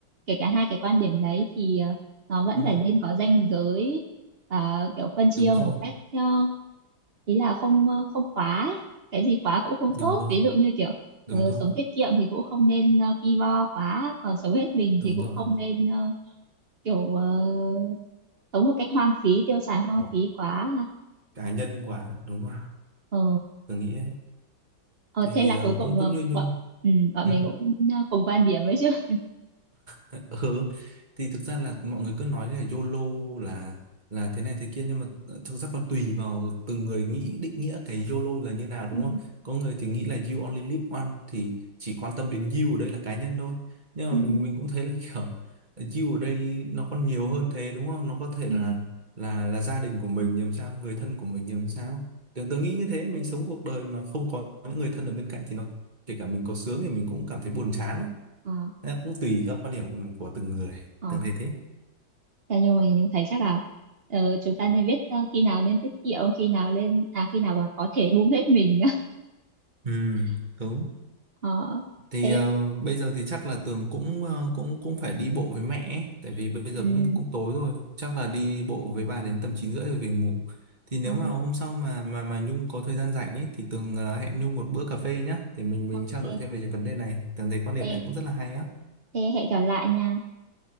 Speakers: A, on the right; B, on the right.
A: kể cả hai cái quan điểm đấy thì ờ, nó vẫn
B: ừ
A: phải nên có ranh giới ờ, kiểu phân chia
B: đúng rồi
A: một cách ờ, ý là không ờ, không quá ấy. cái gì quá cũng không tốt
B: đúng rồi
A: ví dụ như kiểu
B: đúng
A: ờ,
B: rồi
A: sống tiết kiệm thì cũng không nên ờ, ki bo quá còn sống hết mình
B: đúng
A: thì cũng
B: rồi
A: không nên ờ, kiểu ờ, sống một cách hoang phí tiêu xài hoang
B: Học
A: phí quá ha
B: cá nhân quá đúng rồi
A: ờ,
B: tớ nghĩ ấy.
A: ờ
B: thì
A: thế là
B: ờ,
A: cuối cùng
B: cũng cũng
A: ờ,
B: như Nhung
A: bọn ừ, bọn
B: ừ.
A: mình cũng ờ, cùng quan điểm ấy chứ <laughs>
B: <laughs> ừ thì thực ra là mọi người cứ nói là YOLO là là thế này thế kia nhưng mà ờ, thực ra còn tùy vào từng người nghĩ định nghĩa cái YOLO là như nào đúng
A: ừ,
B: không có người thì nghĩ là you only live once thì chỉ quan tâm đến you ở đây là cá nhân thôi nhưng
A: ừ,
B: mà mình mình cũng thấy là <laughs> kiểu ờ, you ở đây nó còn nhiều hơn thế đúng không nó có thể
A: ừ,
B: là là là gia đình của mình làm sao người thân của mình làm sao tưởng tôi nghĩ như thế mình
A: ừ.
B: sống cuộc đời mà không có những người thân ở bên cạnh thì nó kể cả mình có sướng thì mình cũng cảm thấy buồn chán
A: Ờ,
B: nó cũng tùy các quan điểm của từng người
A: ờ.
B: Tường thấy thế
A: Thế nhưng mà mình thấy chắc là ờ, chúng ta nên biết ờ, khi nào nên tiết kiệm khi nào lên à khi nào mà có thể bung hết mình
B: ừ
A: <laughs>
B: đúng
A: ờ,
B: thì
A: thế
B: ờ, bây giờ thì chắc là Tường cũng ờ, cũng cũng phải đi bộ với mẹ ấy. tại vì bây
A: ừ,
B: giờ cũng cũng tối rồi chắc là đi bộ với bà đến tầm 9 rưỡi rồi về ngủ thì nếu
A: ờ,
B: mà hôm sau mà mà mà Nhung có thời gian rảnh ấy thì Tường ờ, hẹn Nhung một bữa cà phê nhá thì mình mình
A: ok
B: trao đổi thêm về cái vấn đề này Tường thấy quan điểm
A: thế,
B: này cũng rất là hay á
A: thế hẹn gặp lại nha